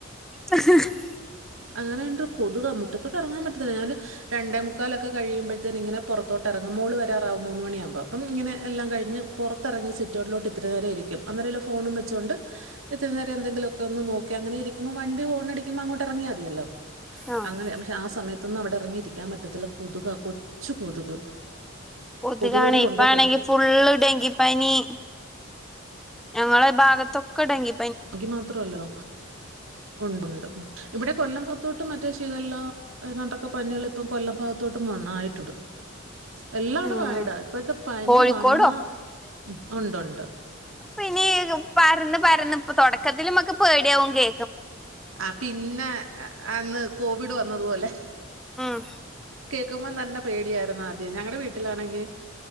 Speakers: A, in the centre; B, on the right.
A: <unintelligible>
B: അങ്ങനെ ഉണ്ട് കൊതുകാ മുറ്റത്തോട്ട് എറങ്ങാൻ പറ്റത്തില്ല ഞാനൊരു രണ്ടേ മുക്കാലൊക്കെ കഴിയുമ്പൊഴത്തേന് ഇങ്ങനെ പൊറത്തോട്ടെറങ്ങും മോൾ വരാറാവും മൂന്ന്മണിയാവുമ്പോ അപ്പം ഇങ്ങെനെ എല്ലാം കഴിഞ്ഞ് പൊറത്തെറങ്ങി സിറ്റവ് ട്ടിലോട്ട് ഇത്തിരി നേരം ഇരിക്കും അന്നേരം ഇല്ല ഫോണും വെച്ചോണ്ട് ഇത്തിരി നേരം എന്തെങ്കിലു ഒക്കെ ഒന്ന് നോക്കി അങ്ങനേ ഇ രിക്കുമ്പോ വണ്ടി ഹോ ഹോണടിക്കുമ്പൊ അങ്ങോട്ട് എറങ്ങിയാ മതിയല്ലോ
A: ആഹ്
B: അങ്ങനെ പക്ഷെ ആ സമയത്ത്. ത്തൊന്നും അവിടെ ഇറങ്ങിയിരിക്കാൻ പറ്റത്തില്ല കൊതുക കൊച്ചു കൊതുക്
A: കൊതുകാണ്
B: കൊതുകടി കോണ്ടോണ്ടേ
A: ഇപ്പാണെങ്കി
B: വന്
A: ഫുള്ള് ഡെങ്കിപ്പനി ഞങ്ങളെ ഭാഗത്തൊക്കെ ഡെങ്കി
B: അഖി മാത്രല്ല ഉണ്ട് ണ്ട് ഇവിടെ കൊല്ലം പൊത്തോട്ടും മറ്റേ ക്ഷേ ഇതല്ലാം ഏതാണ്ടൊക്കെ പനി കൾ ഇപ്പം കൊല്ലം ഭാഗത്തോട്ടും വ ന്നായിട്ടുണ്ട് എല്ലാടവും
A: ഉം
B: ആയടാ ഇപ്പഴത്തെ പനി
A: കോഴിക്കോടും
B: വന്നാ ഉം ഉണ്ട്ണ്ട്
A: പ്പം എണീക്കും പരന്ന് പരന്ന് പ്പം തൊടക്കത്തില് മ്മക്ക് പേടിയാവും കേ
B: ആ പിന്നെ അന്ന് കോവിഡ് വന്നതുപോലെ
A: ഉം
B: കേൾക്കുമ്പം തന്നെ പേടിയാര്ന്ന് ആദ്യം ഞങ്ങടെ വീട്ടിലാണെങ്കി